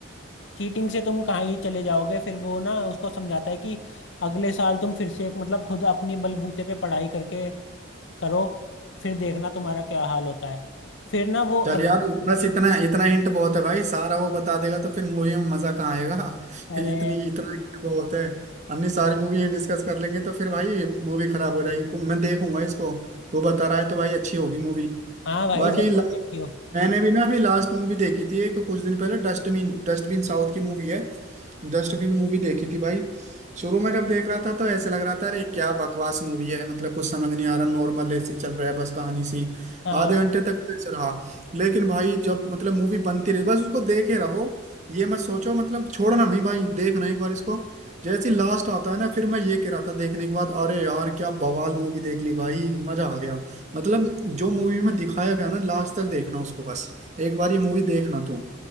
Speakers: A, on the left; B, on the right.
A: चीटिंग से तुम कहाँ ही चले जाओगे फिर वो ना उसको समझाता है कि अगले साल तुम फिर से एक मतलब खुद अपनी बलबूते पे पढ़ाई करके करो फिर देखना तुम्हारा क्या हाल होता है फिर ना वो अगले
B: चल यार बस इतना इतना हिंट बहुत है भाई सारा वो बता देगा तो फिर मूवी में मजा कहाँ आएगा <laughs>
A: अरे
B: इतनी इतना हिंट बहुत है अन्य सारी मूवी डिस्कस कर लेंगे तो फिर भाई मूवी खराब हो जाएगी मैं देखूंगा इसको तू बता रहा है तो भाई अच्छी होगी मूवी
A: हाँ भाई
B: बाकी
A: जरूर
B: ला-
A: देखियो
B: मैंने भी ना अभी लास्ट मूवी देखी थी एक कुछ दिन पहले डस्टबिन डस्टबिन साउथ की मूवी है डस्टबिन मूवी देखी थी भाई शुरू में जब देख रहा था तो ऐसे लग रहा था अरे क्या बकवास मूवी है मतलब कुछ समझ नहीं आ रहा नॉर्मल ऐसी चल रहा है बस कहानी सी
A: हाँ
B: आधे घंटे तक तो ऐसे रहा लेकिन भाई जब मतलब मूवी बनती रही बस उसको देखे रहो ये मत सोचो मतलब छोड़ना नहीं भाई देखना एक बार इसको जैसे लास्ट आता है ना फिर मैं ये कह रहा था देखने के बाद अरे यार क्या बवाल मूवी देख ली भाई मजा आ गया मतलब जो मूवी में दिखाया गया ना लास्ट तक देखना उसको बस एक बार ये मूवी देखना तुम